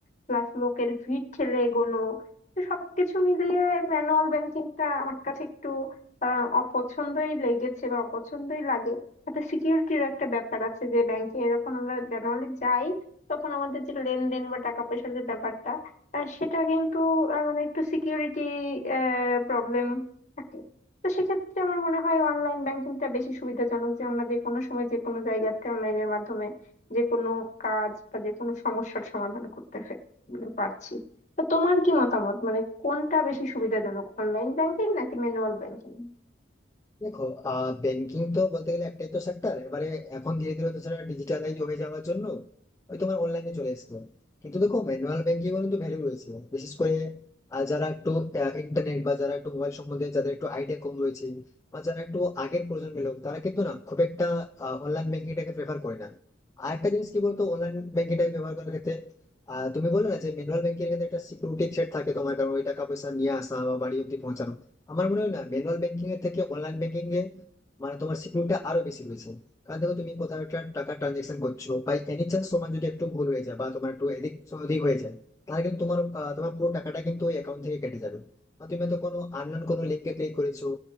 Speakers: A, on the left (about 40°); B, on the left (about 15°).
A: প্লাস লোকের ভিড় ঠেলে এগোনো তো সবকিছু মিলিয়ে ম্যানুয়াল ব্যাংকিংটা আমার কাছে একটু আহ, অপছন্দই লেগেছে বা অপছন্দই লাগে একটা সিকিউরিটির একটা ব্যাপার আছে যে ব্যাংকে যখন আমরা ম্যানুয়ালি যাই তখন আমাদের যে লেনদেন বা টাকা পয়সার যে ব্যাপারটা আহ, সেটা কিন্তু আহ, মানে একটু সিকিউরিটি প্রবলেম থাকে তো সেক্ষেত্রে আমার মনে হয় অনলাইন ব্যাংকিংটা বেশি সুবিধাজনক যে আমরা যে কোনো সময় যে কোনো জায়গাতে অনলাইনের মাধ্যমে যে কোনো কাজ বা যে কোনো সমস্যার সমাধান করতে ফে- মানে পারছি তো তোমার কি মতামত মানে কোনটা বেশি সুবিধাজনক অনলাইন ব্যাংকিং নাকি ম্যানুয়াল ব্যাংকিং
B: দেখো আহ ব্যাংকিং তো বলতে গেলে একটাই তো সেক্টর এবারে এখন ধীরে ধীরে তো সেটা ডিজিটালাইজ হয়ে যাওয়ার জন্য ওই তোমার অনলাইনে চলে এসেছে কিন্তু দেখো ম্যানুয়াল ব্যাংকিং এর কিন্তু ভ্যালু রয়েছে বিশেষ করে আহ, যারা একটু ইন্টারনেট বা যারা একটু মোবাইল সম্বন্ধে যাদের একটু আইডিয়া কম রয়েছে বা যারা একটু আগের প্রজন্মের লোক তারা কিন্তু না খুব একটা অনলাইন ব্যাংকিংটাকে প্রেফার করে না আর একটা জিনিস কি বলতো অনলাইন ব্যাংকিংটাকে ব্যবহার করার ক্ষেত্রে আহ তুমি বলো না যে ম্যানুয়াল ব্যাংকিং এর ক্ষেত্রে একটা সিকিউরিটি থ্রেট থাকে তোমার কারণ ওই টাকা পয়সা নিয়ে আসা বা বাড়ি অব্দি পৌঁছানো আমার মনে হয় না ম্যানুয়াল ব্যাংকিং এর থেকে অনলাইন ব্যাংকিং এ মানে তোমার সিকিউরিটি আরো বেশি রয়েছে কারণ দেখো তুমি কোথাও একটা টাকা ট্রানজেকশন করছো বা এনি চান্স তোমার যদি একটু ভুল হয়ে যায় বা তোমার একটু এদিক ওদিক হয়ে যায় তাহলে কিন্তু তোমার আহ, তোমার পুরো টাকাটা কিন্তু ওই অ্যাকাউন্ট থেকে কেটে যাবে বা তুমি হয়তো কোনো আননোন কোনো লিঙ্কে ক্লিক করেছো